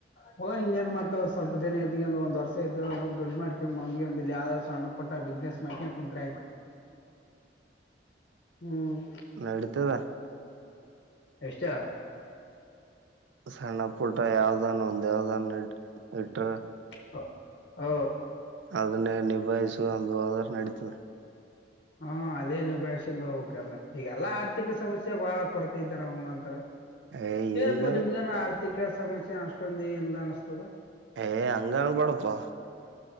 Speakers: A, on the left; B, on the right.
A: ಹೋಗ ಇನ್ೇಏನ್ ಮಾಡ್ತಾವ್ ಸ್ವಲ್ಪ ದಿನ ಇದ್ ಒಂದ ವರ್ಷ ಇದ್ದ ಒಂದು ದುಡ್ಡು ಮಾಡ್ಕೊಂಡೊಂಬಂದಿ ಒಂದ ಇ ಯಾವ್ದ್ ಸಣ್ಣ ಪಟ್ಟ ಬಿಗ್ದಸ್ ಮಾೈಕೆ ಕುಂತ್ರಾತ್ ಹ್ಮ್
B: ನೆಡಿತಾದ್ದ.
A: ಎಷ್ಟು.
B: ಸಣ್ಣ ಪುಟ ಯಾವ್ದನ್ ಒಂದ ಯಾವ್ದನು ಇಟ್ರೆ.
A: ಹ ಹೌ.
B: ಅದನ್ನೇ ನಿಭಾಯಿಸುಕೊಂಡು ಹೋದ್ರ ನಡೀತದೆ.
A: ಹಾ ಅದೇ ನೀವು ಬ್ಯಾಷಿಂದ ಹೋಗಲ್ಲ ಈಗೆಲ್ಲಾ ಆರ್ಥಿಕ ಸಮಸ್ಯೆ ಬಾಳ ಕೊರತೆ ಇದ್ದ ನಮ್ಗ ಅಂತ.
B: ಏ
A: ಏನಪ್ಪಾ
B: ಈಗ
A: ನಿಮ್ಗೇನ ಆರ್ಥಿಕ ಸಮಸ್ಯೆ ಅಷ್ಟೊಂದ ಇಲ್ಲ ಅನ್ನಿಸ್ತದ.
B: ಹೇ ಹಂಗೆ ಹೇಳಬೇಡಪ್ಪ.